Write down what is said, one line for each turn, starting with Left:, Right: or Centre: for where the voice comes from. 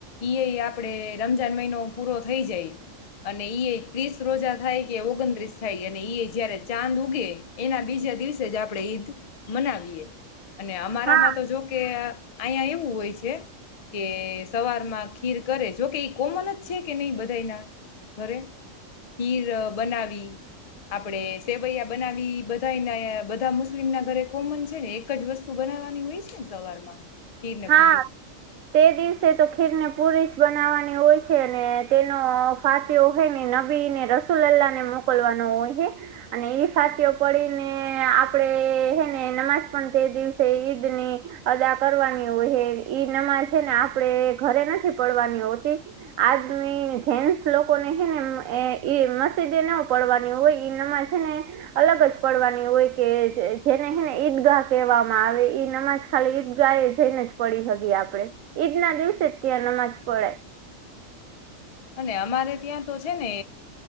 Left: ઈયય આપડે રમજાન મહિનો પૂરો થઈ જાય અને ઈય ત્રીસ રોઝા થાય કે ઓગણત્રીસ થાય અને ઈય જયારે ચાંદ ઉગે એના બીજા દિવસે જ આપડે ઈદ મનાવીએ. અને અમારામાં
Right: હા
Left: તો જો કે અહીંયા એવું હોય છે કે સવારમાં ખીર કરે જો કે ઈ કોમન જ છે કે નઈ બધાયના ઘરે. ખીર બનાવી આપડે સેવૈયા બનાવી બધાયને બધા મુસ્લિમના ઘરે કોમન છે ને એક જ વસ્તુ બનાવાની હોય છે ને સવારમાં ખીર ને
Right: હા
Left: પૂરી
Right: તે દિવસે તો ખીરને પુરી જ બનાવાની હોય છે. અને તેનો ફાત્યો હે ને નબી ને રસુલ્લ્લાહ ને મોકલવાનો હોય હે અને ઈ ફાત્યો પડીને આપડે હેને નમાજ પણ તે દિવસે ઈદની અદા કરવાની હોય હે. ઈ નમાજ હે ને આપડે ઘરે નથી પડવાની હોતી. આદમી જેન્સ લોકોને હે ને ઈ મસ્જિદે ન પડવાની હોય. ઈ નમાજ છેને અલગ જ પડવાની હોય. કે જેને હેને ઈદગાહ કહેવામાં આવે. ઈ નમાજ ખાલી ઈદગા થઈને જ પડી હગે આપડે. ઈદ ના દિવસે જ ત્યાં નમાજ પડાય.
Left: અને અમારે ત્યાં તો છે ને